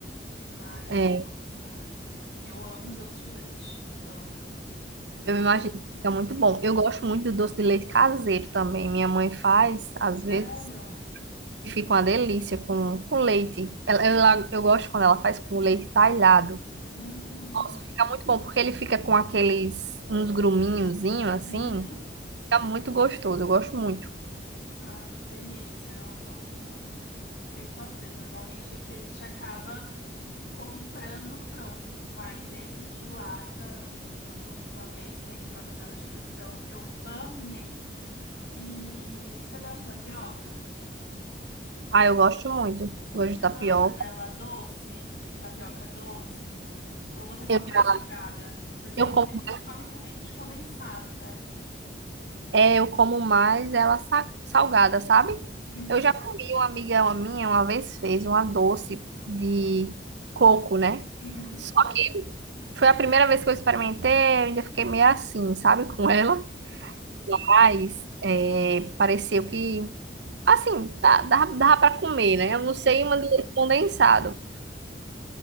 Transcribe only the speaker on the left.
Mas,
nossa, eu amo doce de leite, amo. Mara-
Sério?
Hum.
Uhum.
Ai, que delícia. Eu não, não sei fazer. Normalmente aqui a gente acaba comprando pronto, mas esse de lata que eu comi uma vez, feito na panela de pressão, eu amei. E você gosta de tapioca?
Você
gosta dela doce? Tapioca doce? Ou você come
mais
salgada? Porque
muita
gente come com leite condensado, né?
Uhum,
uhum.
É.